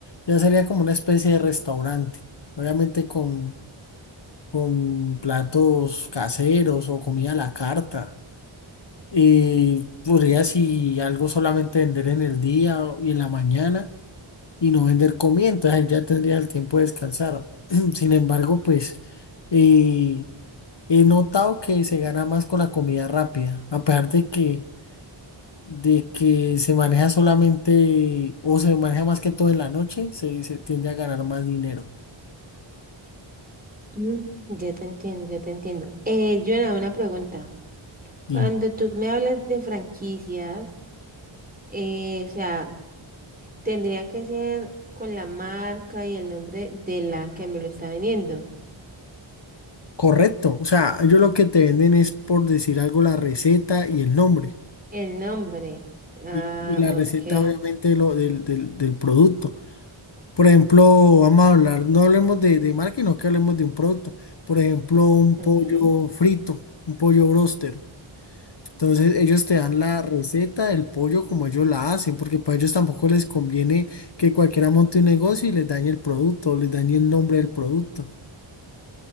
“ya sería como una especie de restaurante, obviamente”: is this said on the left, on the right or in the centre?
Left